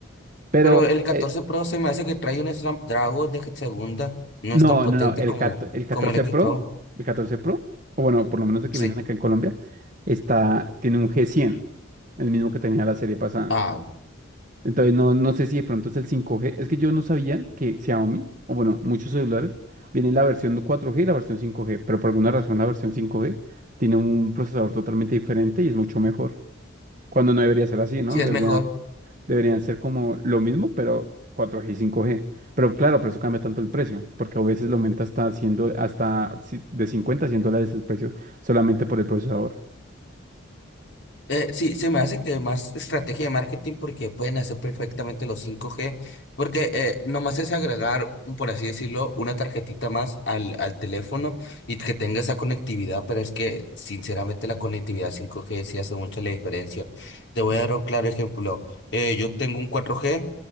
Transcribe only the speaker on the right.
Pero,
eh,
no,
no, no, el,
cat- el catorce
Pro,
el 14 Pro, o bueno, por lo menos el que
vienen acá en Colombia, está, tiene un g cien el mismo que tenía la serie pasada.
Entonces, no, no sé si de pronto es el 5G. Es que yo no sabía que Xiaomi, o bueno, muchos celulares, viene la versión 4G y la versión 5G, pero por alguna razón la versión 5G tiene un procesador totalmente diferente y es mucho mejor. Cuando no debería ser así, ¿no?
Deberían,
deberían ser como lo mismo, pero 4G y 5G. Pero claro, por eso cambia tanto el precio, porque a veces lo aumenta hasta, 100 do- hasta ci- de 50 a 100 dólares el precio solamente por el procesador.